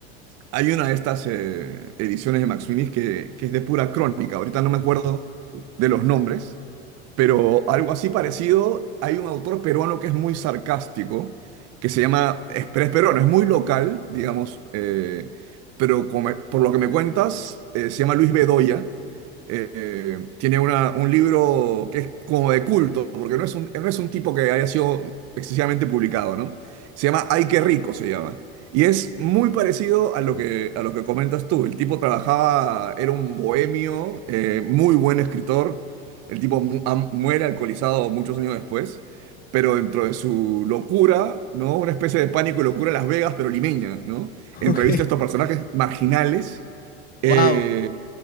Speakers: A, on the right; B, on the left.
A: hay una de estas eh, ediciones de Max Finis que, que es de pura crónica. Ahorita no me acuerdo de los nombres, pero algo así parecido, hay un autor peruano que es muy sarcástico, que se llama, es, pero es peruano, es muy local, digamos, eh, pero como- por lo que me cuentas, eh, se llama Luis Bedoya. eh, eh, tiene una- un libro que es como de culto, porque no es un, no es un tipo que haya sido excesivamente publicado, ¿no? Se llama Ay, qué rico, se llama. Y es muy parecido a lo que, a lo que comentas tú. El tipo trabajaba, era un bohemio, eh, muy buen escritor el tipo mu- am- muere alcoholizado muchos años después, pero dentro de su locura, ¿no? Una especie de pánico y locura en Las Vegas, pero limeña, ¿no?
B: <laughs>
A: Entrevista
B: Ok.
A: a estos personajes marginales.
B: Wow.
A: eh,